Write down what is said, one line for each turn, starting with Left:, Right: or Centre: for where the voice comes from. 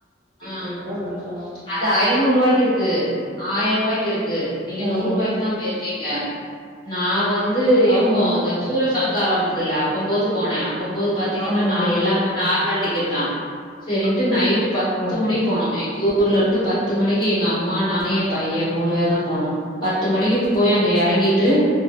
Left: ஆஹ்
Right: பண்ணிட்டுதா உள்ள போனோ
Left: அது ஐந்நூறு ரூவாய்க்கு இருக்கு ஆயிர ரூவாய்க்கு இருக்கு நீங்க
Right: ஆ
Left: நூரு ரூவாயிக்கு தா பேயிரிகிங் கிங்க நா வந் ந்து
Right: ஆமா
Left: எப்போ அந்த சூசரசம் காரோ இருந்ததில்ல அப்ப போது போன பும்போது பாத்தீங்கன்னா
Right: ஆமாமா
Left: நா எல்லாமே
Right: ஆ
Left: நார்மல் டிக்கெட் தா சரின்ட்டு நைட் ட்டு பத்து
Right: ஆ
Left: மணிக்கு போனோ ஊர்ல இருந்து பத்து மணிக்கு எங்க அம்மா நானு எ பைய மூணு பேர் தா போனோ பத்து மணிக்கு போய் அங்க எராங் ரங்கிட்டு
Right: ஓ!